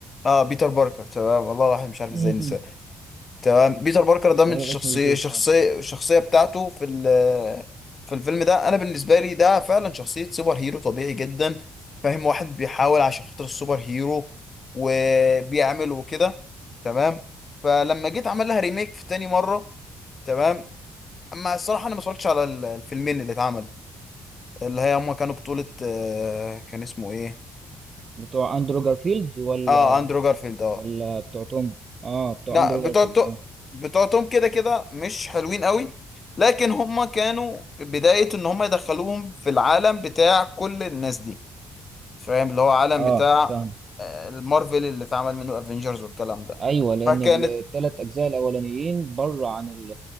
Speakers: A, on the left; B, on the right.
A: آه بيتر باركر تمام والله الواحد مش عارف
B: امم
A: إزاي نسى تمام بيتر باركر ده من
B: ايوه
A: الشخصية
B: اسمه 2
A: شخصية
B: اه
A: الشخصية بتاعته في ال في الفيلم ده أنا بالنسبة لي ده فعلا شخصية سوبر هيرو طبيعي جدا فاهم واحد بيحاول عشان خاطر السوبر هيرو وبيعمل وكده تمام فلما جيت عمل لها ريميك في تاني مرة تمام أما الصراحة أنا ما اتفرجتش على ال- الفيلمين اللي اتعمل اللي هي هما كانوا بطولة آه، كان اسمه إيه؟
B: بتوع اندرو جارفيلد ولا
A: آه أندرو جارفيلد آه
B: ولا بتوع توم اه بتوع
A: لا
B: اندرو
A: بتوع
B: جارفيلد
A: تو-
B: اه
A: بتوع توم كده كده مش حلوين قوي لكن هما كانوا بداية ان هما يدخلوهم في العالم بتاع كل الناس دي فاهم اللي هو عالم
B: اه
A: بتاع
B: فاهم
A: آه، المارفل اللي اتعمل منه الافينجرز والكلام ده
B: ايوه لان
A: فكانت
B: الثلاث اجزاء الاولانيين بره عن ال